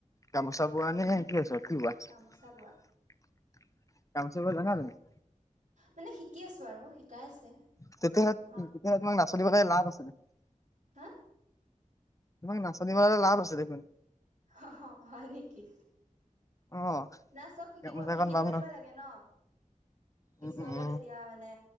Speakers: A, on the left (about 25°); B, on the right (about 70°).
A: গামোচা বোৱা নে? কি বৈচা?
B: গামোচা বোৱা
A: <unintelligible>
B: মানে শিকি আছো আৰু, শিকাই আছে।
A: <unintelligible>
B: আমাক হা।
A: তোমাক নাচনী ললে লাভ আছে দেখোন।
B: হ হ হয় নেকি।
A: অ।
B: না চব শিকিব
A: গামোচাখন
B: শিকি
A: পাম
B: থৈ দিব লাগে ন। পিছলৈ
A: উম উম
B: তেতিয়া মানে,